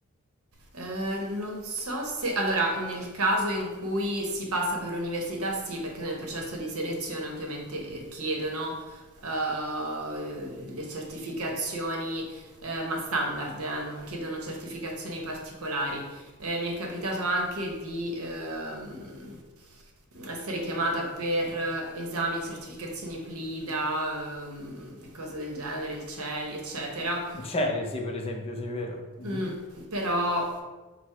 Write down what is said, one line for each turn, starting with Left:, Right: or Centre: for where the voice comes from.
Right: Eh, non so se... Allora, nel caso in cui si passa per l'università, sì, perché nel processo di selezione ovviamente eh, chiedono eh, le certificazioni, eh, ma standard, eh, non chiedono certificazioni particolari. Eh, mi è capitato anche di ehm, essere chiamata per esami, certificazioni PLIDA, ehm, e cose del genere, il CELI, eccetera.
Left: In Celesi, per esempio, sì, vero? Mhm.
Right: Mm, però